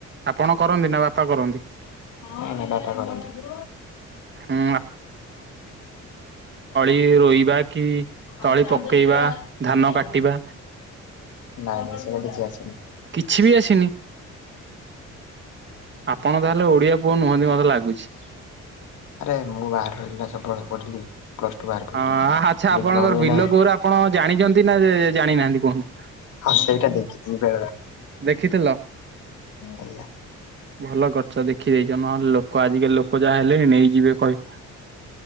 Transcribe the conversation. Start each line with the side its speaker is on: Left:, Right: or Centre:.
Right: ଆପଣ କରନ୍ତି ନା ବାପା କରନ୍ତି
Left: ନାଇଁ ନାଇଁ ବାପା କରନ୍ତି।
Right: ଉଁ କିଏ ରଇବା କି? ତଳି
Left: ଆଉ ଚାନ୍ଦପୁଅ
Right: ପକେଇବା
Left: ଆସି
Right: ଧାନ
Left: ସି ସିଏ
Right: କାଟିବା
Left: ନାଇଁ ଏସି ରେ କିଛି ଆସିନି,
Right: କିଛି ବି ଆସିନି ଆପଣ ତାହେଲେ ଓଡିଆ ପୁଅ ନୁହନ୍ତି ମତେ ଲାଗୁଛି।
Left: ଆରେ ମୁଁ ବାହରେ ରହିଲିନା ସବୁବେଳେ ପଢିଲି। ପ୍ଲସ ଟୁ ବାହାରେ ପଢିଲି।
Right: ହଁ ଆଚ୍ଛା
Left: ଡିପ୍ଲୋମା
Right: ଆପଣଙ୍କର
Left: ବି
Right: ବିଲ
Left: ନାହିଁ।
Right: କୋଉର ଆପଣ ଜାଣିଛନ୍ତି ନା ଜାଣିନାହାନ୍ତି କୁହନ୍ତୁ।
Left: ହଁ ସେଇଟା ଦେଖିଛି ବେଳେଳେ
Right: ଦେଖିଥିଲ।
Left: ଏଇୟା,
Right: ଭଲ କରଛ ଦେଖିଦେଇଛ ନହେଲେଲୋକ ଆଜିକାଲି ଲୋକ ଲୋକ ଯାହା ହେଲେଣି ନେଇଯିବେ କହିକିନା।